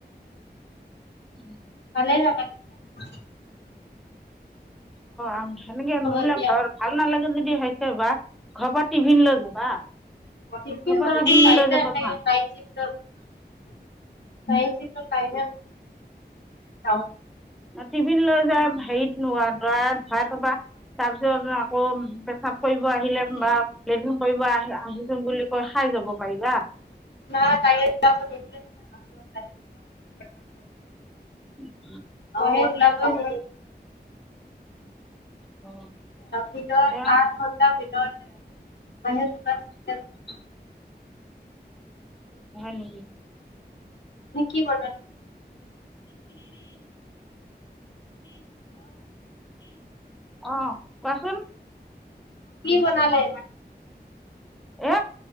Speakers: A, in the centre; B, on the left.
A: উম
B: ভালে আও ইমান ভাল
A: আম তেনেকে নহলে
B: এতিয়া?
A: ভাল নালাগে যদি হৈছে বা ঘৰ পৰা টিভিন লৈ যাবা
B: টিফিন
A: ঘৰৰ পৰা
B: বনাব পাৰি
A: লৈ
B: বা
A: যাব
B: নাই
A: নোৱাৰা
B: নাইট চিফট অত নাইট চিফট অত টাইমে চাও
A: টিফিন লৈ হেৰিত নোোৱাৰোৱা ত ভৰাই থবা তাৰপিছত আকৌ পেচাব কৰিব আহিলে বা লেটিন কৰিব আহিছো বুলি কৈ খাই যাব পাৰিবা
B: <unintelligible>
A: উম
B: অ <inaudible>
A: অ,
B: যিত আ
A: এ
B: খ ভিতৰতে বাহিৰত ওলোৱা চিষ্টেম নাই
A: হয় নেকি
B: অ কি কৰিবা
A: অহ কোৱাচোন
B: কি বনালে
A: এ